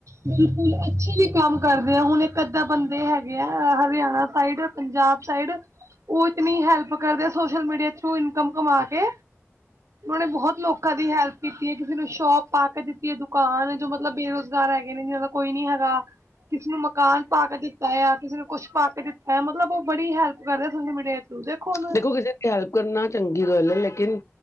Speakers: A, on the right; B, on the left.
A: ਬਿਲਕੁਲ ਅੱਛੇ ਵੀ ਕੰਮ ਕਰਦੇ ਆ ਹੁਨ ਇੱਕ ਅੱਧਾ ਬੰਦੇ ਹੈਗੇ ਆ ਐ ਹਰਿਆਣਾ ਸਾਈਡ ਪੰਜਾਬ ਸਾਈਡ ਓ ਇਤਨੀ ਹੈਲਪ ਕਰਦੇ ਸੋਸ਼ਲ ਮੀਡੀਆ ਥਰੂ ਇਨਕਮ ਕਮਾ ਕੇ ਉਨੇ ਬਹੁਤ ਲੋਕਾਂ ਦੀ ਹੈਲਪ ਕੀਤੀ ਏ ਕਿਸੀ ਨੂੰ ਸ਼ੋਪ ਪਾ ਕੇ ਦਿੱਤੀ ਏ ਦੁਕਾਨ ਜੋ ਮਤਲਬ ਬੇਰੁਜ਼ਗਾਰ ਹੈਗੇ ਨੇ ਜਿਨਾਂ ਦਾ ਕੋਈ ਨੀ ਹੈਗਾ। ਕਿਸੀ ਨੂੰ ਮਕਾਨ ਪਾ ਕੇ ਦਿੱਤਾ ਆ, ਕਿਸੀ ਨੂੰ ਕੁਛ ਪਾ ਕੇ ਦਿੱਤਾ ਆ ਮਤਲਬ ਓ ਬੜੀ ਹੈਲਪ ਕਰ ਰੇਆ ਸੋਸ਼ਲ ਮੀਡੀਆ ਥਰੂ ਹੁਣ
B: ਦੇਖੋ ਕਿਸੇ ਦੀ ਹੈਲਪ ਕਰਨਾ ਚੰਗੀ ਗੱਲ ਏ ਲੇਕਿਨ